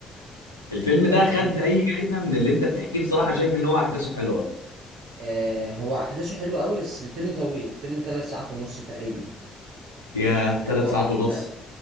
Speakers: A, on the left (about 85°); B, on the right (about 55°).
A: الفيلم ده
B: وكده
A: خد اي جايزه من اللي انت بتحكيه بصراحه شايف ان هو احداثه حلوه
B: آه هو احداثه حلوه قوي بس الفيلم طويل الفيلم ثلاث ساعات ونص تقريبا
A: يا
B: لانه
A: ثلاث ساعات ونص
B: آه،